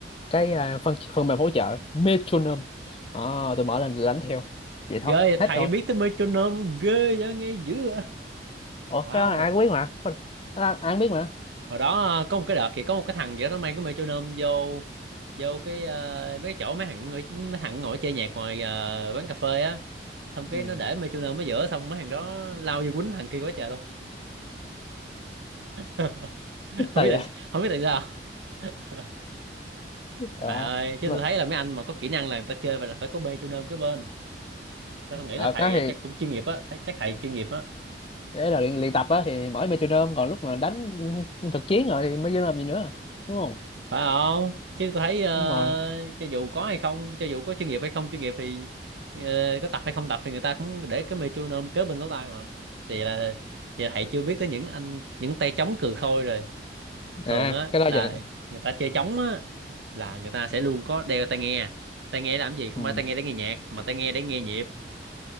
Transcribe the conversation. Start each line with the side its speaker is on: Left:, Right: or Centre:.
Left: cái à, phần phần mềm hỗ trợ Metronome Ờ, tôi mở lên tôi đánh theo vậy
Right: ghê
Left: thôi hết
Right: thầy
Left: thôi
Right: biết tới metronome luôn ghê vậy nghe dữ vậy
Left: ủa
Right: wow
Left: cái đó là ai cũng biết mà Cái đó ai cũng biết mà
Right: hồi đó ờ, có một cái đợt thì có một cái thằng vậy đó mang cái metronome vô vô cái ờ, mấy cái chỗ mấy thằng ngồi- mấy thằng ngồi chơi nhạc ngoài ờ, quán cà phê á xong cái
Left: ừ.
Right: nó để metronome ở giữa xong mấy thằng đó lao vô quýnh thằng kia quá trời luôn <laughs> không
Left: sao
Right: biết tại
Left: vậy
Right: không biết tại sao <laughs> trời
Left: ờ
Right: ơi chứ
Left: mà-
Right: tôi thấy là mấy anh mà có kỹ năng là người ta chơi phải là phải có metronome cái bên theo tôi nghĩ
Left: ờ,
Right: là thầy
Left: cái thì
Right: chắc cũng chuyên nghiệp á thấy chắc thầy chuyên nghiệp á
Left: đấy là luyện, luyện tập á thì mở Metronome còn lúc mà đánh thực chiến rồi thì mới vô làm gì nữa đúng không
Right: phải không chứ tôi thấy ờ,
Left: đúng rồi
Right: cho dù có hay không cho dù có chuyên nghiệp hay không chuyên nghiệp thì ờ, có tập hay không tập thì người ta cũng để cái metronome kế bên lỗ tai mà thì là thì là thầy chưa biết tới những anh những tay trống cừ khôi rồi thường
Left: à
Right: á
Left: cái đó
Right: là
Left: giờ
Right: người ta chơi trống á là người ta sẽ luôn có đeo tai nghe tai nghe làm gì không
Left: ừ.
Right: phải tai nghe để nghe nhạc mà tai nghe để nghe nhịp